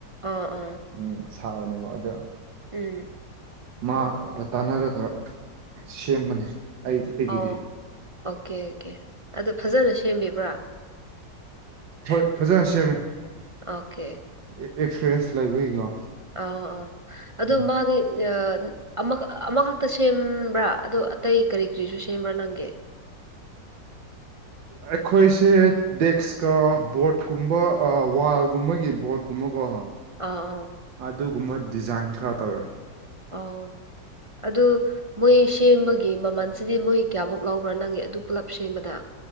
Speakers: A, on the right; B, on the right.
A: ꯑꯥ ꯑꯥ
B: ꯎꯝ ꯁꯥꯕꯅꯦꯕ ꯃꯥꯗꯨ ꯌꯥꯝ
A: ꯎꯝ
B: ꯃꯥꯒ ꯇꯥꯅꯔꯒ ꯁꯦꯝꯕꯅꯤ ꯑꯩ ꯑꯩꯒꯤꯗꯤ
A: ꯑꯣ ꯑꯣꯀꯦ ꯑꯣꯀꯦ ꯑꯗꯨ ꯐꯖꯅ ꯁꯦꯝꯕꯤꯕ꯭ꯔꯥ
B: ꯍꯣꯏ ꯐꯖꯅ ꯁꯦꯝꯃꯦ
A: ꯑꯣꯀꯦ
B: ꯑꯦꯛ ꯑꯦꯛꯁꯄꯔꯤꯌꯦꯟꯁ ꯂꯩꯕꯒꯤꯀꯣ
A: ꯑ ꯑꯣ ꯑꯗꯣ
B: ꯎꯝ
A: ꯃꯥꯗꯤ ꯑ ꯑꯃꯈꯛ ꯑꯃꯈꯛꯇ ꯁꯦꯝꯕ꯭ꯔꯥ ꯑꯗ ꯑꯇꯩ ꯀꯔꯤ ꯀꯔꯤꯁꯨ ꯁꯦꯝꯕ꯭ꯔꯥ ꯅꯪꯒꯦ
B: ꯑꯩꯈꯣꯏꯁꯦ ꯗꯦꯛꯁꯀ ꯕꯣꯔꯠ ꯀꯨꯝꯕ ꯑ ꯋꯥꯜꯒꯨꯝꯕꯒꯤ ꯕꯣꯔꯗ ꯀꯨꯝꯕꯀꯣ
A: ꯑ ꯑ
B: ꯑꯗꯨꯒꯨꯝꯕ ꯗꯤꯖꯥꯏꯟ ꯈꯔ ꯇꯧꯋꯦ
A: ꯑꯣ ꯑꯗꯨ ꯃꯣꯏ ꯁꯦꯝꯕꯒꯤ ꯃꯃꯜꯁꯤꯗꯤ ꯃꯣꯏ ꯀꯌꯥꯃꯨꯛ ꯂꯧꯕ꯭ꯔꯥ ꯅꯪꯒꯤ ꯑꯗꯨ ꯄꯨꯂꯞ ꯁꯦꯝꯕꯗ